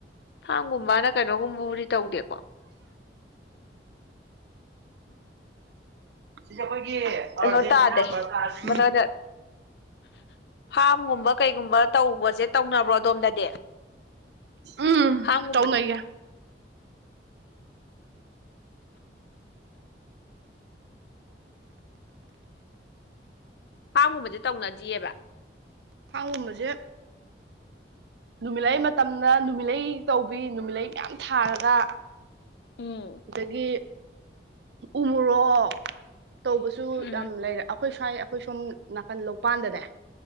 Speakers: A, on the left; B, on the right.
A: ꯐꯥꯝꯒꯨꯝꯕꯅ ꯀꯩꯅꯣꯒꯨꯝꯕꯕꯨꯗꯤ ꯇꯧꯗꯦ
B: ꯁꯤꯗꯤ ꯑꯩꯈꯣꯏꯒꯤ
A: ꯀꯩꯅꯣ
B: ꯑꯥꯔꯖꯦꯟꯇꯤꯅꯥ
A: ꯇꯥꯗꯦ
B: ꯕꯔꯀꯥꯅꯤ
A: <inaudible> ꯐꯥꯝꯒꯨꯝꯕ ꯀꯩꯒꯨꯝꯕ ꯇꯧꯕꯁꯦ ꯇꯧꯅꯕ꯭ꯔꯣ ꯑꯗꯣꯝꯗꯗꯤ
B: ꯎꯝ
A: ꯐꯥꯝꯒꯨꯝꯕꯗꯤ
B: ꯇꯧꯅꯩꯌꯦ
A: ꯐꯥꯝꯒꯨꯝꯕꯗꯤ ꯇꯧꯅꯗꯤꯑꯦꯕ
B: ꯀꯨꯝꯕꯁꯦ ꯅꯨꯃꯤꯠꯂꯩ ꯃꯇꯝꯗ ꯅꯨꯃꯤꯠꯂꯩ ꯇꯧꯕꯤ ꯅꯨꯃꯤꯠꯂꯩ ꯃꯌꯥꯝ ꯊꯥꯔꯒ
A: ꯎꯝ
B: ꯑꯗꯒꯤ ꯎꯃꯣꯔꯣꯛ ꯇꯧꯕꯁꯨ
A: ꯎꯝ
B: ꯌꯥꯝ ꯂꯩꯔꯦ ꯑꯩꯈꯣꯏ ꯁ꯭ꯋꯥꯏ ꯑꯩꯈꯣꯏ ꯁꯣꯝ ꯅꯥꯀꯟ ꯂꯣꯛꯄꯥꯟꯗꯅꯦ